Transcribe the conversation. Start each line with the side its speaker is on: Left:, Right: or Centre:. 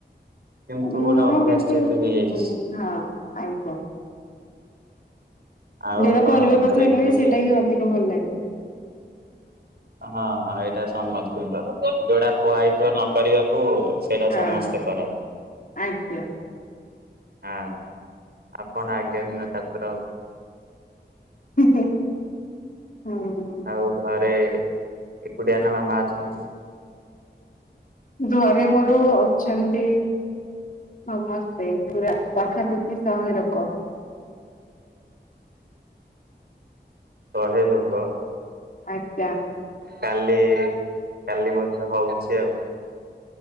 Right: କିନ୍ତୁ
Left: ନୁହଁ
Right: ଗୋଟେ ଅଭ୍ୟାସ
Left: କିନ୍ତୁ
Right: ଯେହେତୁ
Left: ହଁ
Right: ହେଇଯାଇଛି
Left: ହଁ ଆତ
Right: ଆଉ
Left: ଯୋଉଟା
Right: କଣ
Left: କରିବା କଥା
Right: ଘରେ କଉଠି
Left: ନୁହେଁ ସେଇଟା ହିଁ ଅଧିକ ଭଲ ଲାଗେ।
Right: ହଁ ହଁ ଏଇଟା ସମସ୍ତଙ୍କର ଯୋଉଟା କୁହାଯଇଥିବ ନ କପାରିବାକୂ ସେଇଟା
Left: ହଁ
Right: ସମସ୍ତେ କରନ୍ତି।
Left: ଆଜ୍ଞା
Right: ହଁ ଆପଣ ଆଜ୍ଞା ଦିନ ଛାତ୍ର।
Left: ହଁ
Right: ଆଉ ଘରେ ଏକୁଦିଆ ନା ମାମା ଅଛନ୍ତି?
Left: ଘରେ ମୋର ଅଛନ୍ତି ସମସ୍ତେ ପୁରା ପାଖାପାଖୀ ଶହେ ଲୋକ।
Right: ଶହେ ଲୋକ
Left: ଆଜ୍ଞ୍ୟା
Right: କାଲି କାଲି ବୋଧେ ହଉଛି ଆଉ।